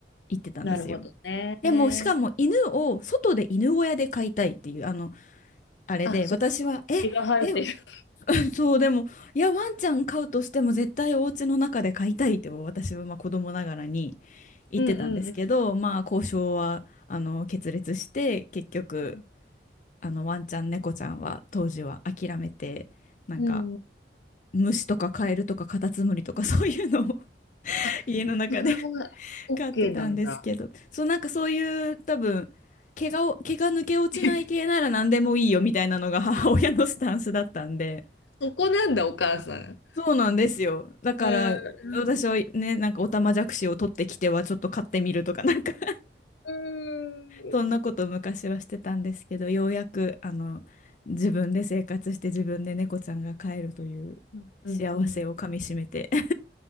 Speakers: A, on the left (about 45°); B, on the left (about 85°).
A: 言ってたんですよ。
B: なるほどね。
A: でも、しかも犬を、外で犬小屋で飼いたいっていう、あの、あれで、
B: あ、そう、
A: 私は、え、
B: 毛が生えてる。
A: え、<laughs> そう、でも、いや、ワンちゃん飼うとしても絶対お家の中で飼いたいって私はまあ子供ながらに言ってたんですけど、
B: うんうん
A: まあ、交渉は、あの、決裂して、結局、
B: うん。
A: あの、ワンちゃん、猫ちゃんは当時は諦めて、なんか、
B: うん。うん。
A: 虫とかカエルとかカタツムリとかそういうのを <laughs>
B: あ、
A: 家の中で
B: それは OK
A: 飼ってたんですけど、
B: なんだ。
A: そうなんかそういう多分毛がお、毛が抜け落ちない系なら何でもいいよみたいなのが母親のスタンスだったんで、
B: <laughs> そこなんだ、お母さん。
A: そうなんですよ。だから私はね、
B: うん。
A: なんかオタマジャクシを取ってきてはちょっと飼ってみるとかなんか <laughs>
B: うん
A: そんなことを昔はしてたんですけど、ようやくあの自分で生活して自分で猫ちゃんが飼えるという
B: うんうん。
A: 幸せをかみしめて <laughs>